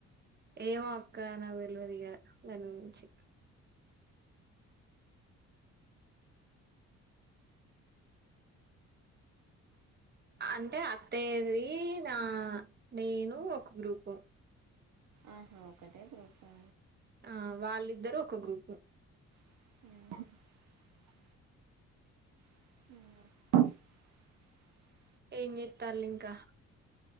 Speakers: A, on the right; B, on the right.
A: ఏమో అక్క నా తెలువదిగ దాని గురించి అంటే అత్తయ్యది నా నేను ఒక గ్రూపు.
B: ఆహా ఒకటే గ్రూపా
A: ఆ వాళ్ళిద్దరు ఒక గ్రూపు
B: అ అ <unintelligible>
A: ఏం చెప్పాలి ఇంకా.